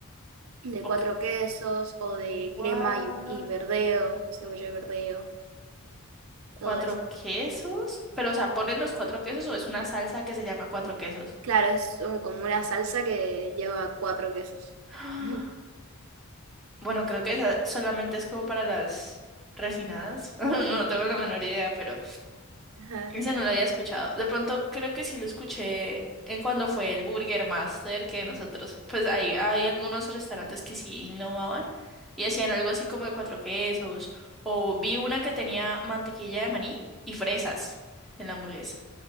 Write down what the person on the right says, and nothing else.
de
cuatro quesos o de
crema y, y verdeo, cebolla y verdeo,
todo eso.
Y,
Claro, es un- como una salsa que lleva cuatro quesos.
<laughs>
Ajá.